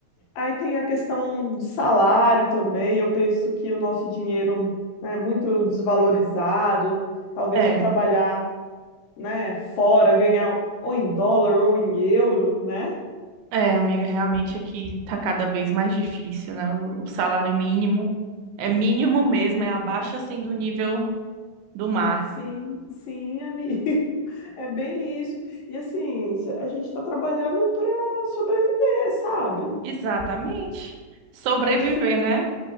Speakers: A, on the left; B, on the right.
A: aí tem a questão do salário também. Eu penso que o nosso dinheiro, né, é muito desvalorizado. Talvez
B: É,
A: eu trabalhar né, fora, ganhar ou em dólar ou em euro, né?
B: é, amiga, realmente aqui tá cada vez mais difícil, né? O o salário mínimo é mínimo mesmo, é abaixo assim do nível do mar.
A: Sim, sim, amigo. <laughs> É bem isso. E assim, se- a gente está trabalhando para sobreviver, sabe?
B: Exatamente. Sobreviver,
A: É, difí
B: né?